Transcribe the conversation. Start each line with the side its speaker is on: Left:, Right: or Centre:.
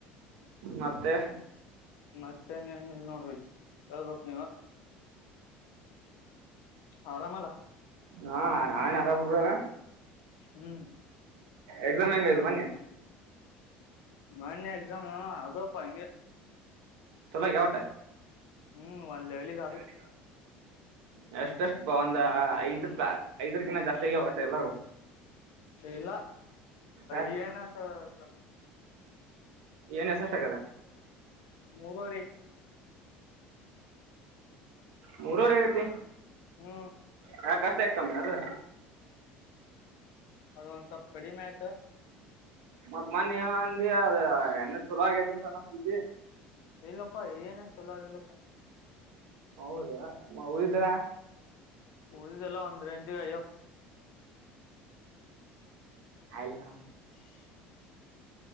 Right: ಮತ್ತೆ.
Left: ಮತ್ತೆನ್ ಇಲ್ಲ ನೋಡ ಹೇಳ್ಬೇಕು ನೀವ. ಆರಾಮ.
Right: ಹಾ ನಾವೇನ್ ಆರಾಮ್ ಬಿಡಾ.
Left: ಹ್ಮ್
Right: ಎಕ್ಸಾಮ್ ಹೆಂಗ ಮೊನ್ನೆ.
Left: ಮನ್ನೆ ಎಕ್ಸಾಮ ಆದ್ವುಪ ಹಂಗೆ.
Right: ಚಲೋ ಗ್ಯಾವ.
Left: ಹ್ಮ್ ಒಂದು ಲೆವೆವಲ್ಗೆಗ ಅದು.
Right: <inaudible> ಎಷ್ಟಷ್ಟು ಬ ಒಂದ ಐದ್ ರೂಪ ಐದ್ರಕಿಂತ ಜಾಸ್ತಿಗ ಹೊಟ್ಟ ಎಲ್ಲಾರೂ.
Left: ಇಲ್ಲ
Right: ಯಾಕ್
Left: ಈ ಏನಸ. <inaudible>
Right: ಏನ್ ಎಷ್ಟಷ್ಟ ಆಗಡ್.
Left: ಮೂರುವರಿ.
Right: ಮೂರವರೆ ಆಗೈತಿ.
Left: ಹು
Right: ಹಾ ಕಷ್ಟ ಐತಮ್ಮಿ ಅದು.
Left: ಅದ ಒಂದ ಸಲ್ಪ ಕಡಿಮೆ ಆಯ್ತು.
Right: ಮತ್ ಮೊನ್ನೆ ಏನ ಅಂದಿ ಅದ ಎಲ್ಲ ಚಲೋ ಆಗೇತಂತ ಅನ್ನ ಕುಂತಿದಿ.
Left: ಇಲ್ಲಪ್ಪಾ ಏನೂ ಚೊಲೋ ಆಗಿಲ್ಲ.
Right: ಹೌದಾ. <inaudible>
Left: ಓದಿಲ್ಲ ಒಂದರೆಂಜ್ಗೆ ಆಗ್ಯಾವ್.
Right: ಹಲ್ಲ್.
Left: <inaudible>